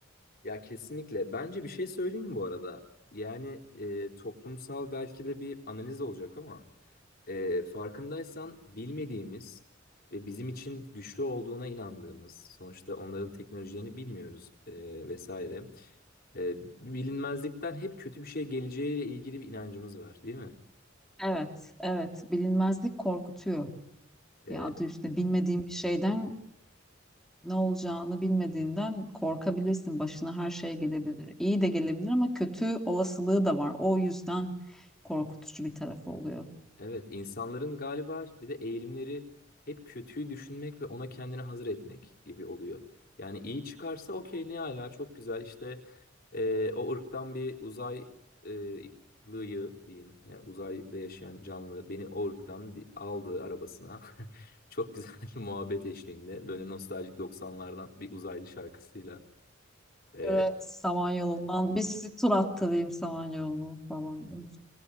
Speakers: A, on the left (about 50°); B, in the centre.
A: Ya kesinlikle. Bence bir şey söyleyeyim mi bu arada? Yani e, toplumsal belki de bir analiz olacak ama e, farkındaysan bilmediğimiz ve bizim için güçlü olduğuna inandığımız, sonuçta onların teknolojilerini bilmiyoruz e, vesaire. E, bilinmezlikten hep kötü bir şey geleceğiyle ilgili bir inancımız var, değil mi?
B: Evet, evet. Bilinmezlik korkutuyor.
A: E,
B: Ya adı üstünde bilmediğin bir şeyden ne olacağını bilmediğinden korkabilirsin. Başına her şey gelebilir. İyi de gelebilir ama kötü olasılığı da var. O yüzden korkutucu bir tarafı oluyor.
A: Evet, insanların galiba bir de eğilimleri hep kötüyü düşünmek ve ona kendini hazır etmek gibi oluyor. Yani iyi çıkarsa okey ne ala çok güzel işte e, o ırktan bir uzaylıyı diyeyim. Yani uzayda yaşayan canlı beni o ırktan bir aldı arabasına. <laughs> Çok güzel bir muhabbet eşliğinde böyle nostaljik doksanlardan bir uzaylı şarkısıyla. E,
B: Böyle Samanyolu'ndan bir sizi tur attırayım Samanyolu'nu falan diyoruz.